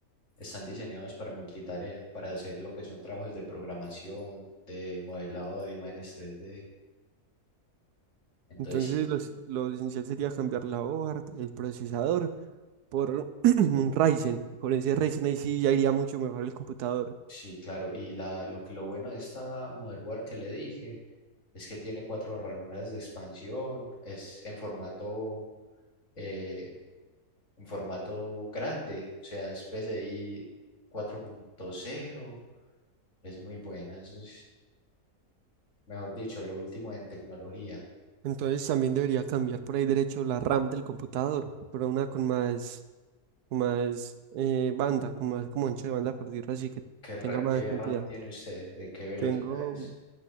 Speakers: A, on the left (about 50°); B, on the right (about 85°).
A: están diseñados para multitarea, para hacer lo que son trabajos de programación, de modelado de imágenes 3D. Entonces
B: Entonces, los, lo esencial sería cambiar la hoja, el procesador, por <clears throat> un Ryzen. Con ese Ryzen ahí sí ya iría mucho mejor el computador.
A: Sí, claro. Y la, lo, que- lo bueno de esta motherboard que le dije es que tiene cuatro ranuras de expansión, es en formato, eh, en formato grande, o sea, es P C I cuatro punto cero. es muy buena, eso es, mejor dicho, lo último en tecnología.
B: Entonces, también debería cambiar por ahí derecho la RAM del computador, por una con más. con más eh, banda, con más como ancho de banda, por decirlo así, que
A: ¿Qué, ra-
B: tenga más
A: qué
B: cantidad.
A: RAM tiene usted? ¿De qué velocidad
B: Tengo,
A: es?